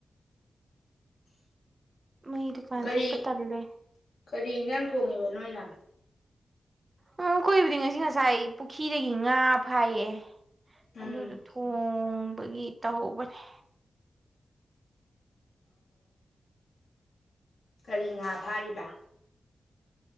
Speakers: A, on the right; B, on the left.
A: ꯃꯩ ꯗꯨꯀꯥꯟ
B: ꯀꯔꯤ
A: ꯊꯣꯛꯄ ꯇꯜꯂꯦ
B: ꯀꯔꯤ ꯏꯟꯖꯥꯡ ꯈꯣꯡꯉꯤꯕ ꯅꯣꯏꯅ
A: ꯎꯝ ꯑꯩꯈꯣꯏꯕꯨꯗꯤ ꯉꯁꯤ ꯉꯁꯥꯏ ꯄꯨꯈ꯭ꯔꯤꯗꯒꯤ ꯉꯥ ꯐꯥꯏꯌꯦ
B: ꯎꯝ
A: ꯑꯗꯨꯗꯣ ꯊꯣꯡꯕꯒꯤ ꯇꯧꯍꯧꯕꯅꯦ
B: ꯀꯔꯤꯉ ꯐꯥꯔꯤꯕ